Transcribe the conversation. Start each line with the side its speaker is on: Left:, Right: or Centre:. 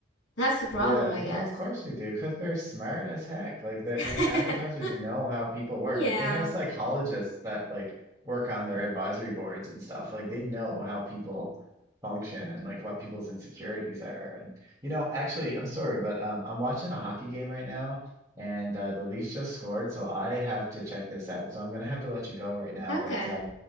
Left: That's the problem,
Right: Yeah,
Left: I
Right: well,
Left: guess.
Right: of course we do, because they're smart as heck. Like that,
Left: <laughs>
Right: you know, advertisers know how people work.
Left: yeah.
Right: Like they have psychologists that like work on their advisory boards and stuff. Like they know how people function and like what people's insecurities are. And you know, actually, I'm sorry, but um, I'm watching a hockey game right now, and uh, the Leafs just scored, so I have to check this out. So I'm gonna have to let you go right now,
Left: Okay.
Right: but uh,